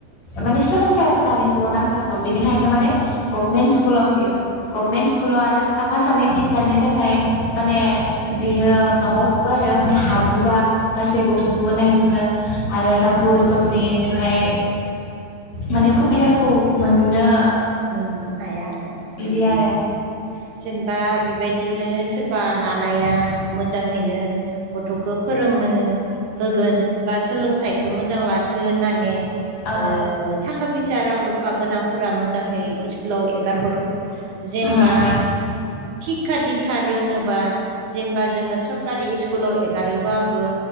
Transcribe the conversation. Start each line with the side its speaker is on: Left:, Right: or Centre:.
Left: माने सोलोंथायाइाथ' दानि जुगाव नांथारगौ बेनिखायनो माने गभनमेन्ट स्कुलाव होयो गभनमेन्ट स्कुलाव आरो साफा सानै टिचारनि थाखाय माने बियो
Right: उम
Left: माबाजोबो आरो माने हा जोबा गासै गथ'खौबो
Right: उम
Left: नायजोबनो आरो नांगौ
Right: ओं
Left: रोखोमनि बेवहाय माने सुबिदाखौ
Right: ओं
Left: मोननो
Right: मोननो हाया आरो
Left: बिदि
Right: ओं
Left: आरो
Right: ओं जेनेबा बेबायदिनो सोरबा हानाया मोजांहैनो गथ'खौ फोरोंनो होगोन बा सोलों थाइखौ मोजां लाथो होननानै
Left: औ
Right: ओ थाखा फैसा रां रुफा गोनांफोरा मो जाङै स्कुलाव ए गारहरो जेनेबा
Left: उम
Right: खिक्खा दिक्षखा रोंनोबा जेनेबा जोङो सरकारि स्कुलाव एगारोबाबो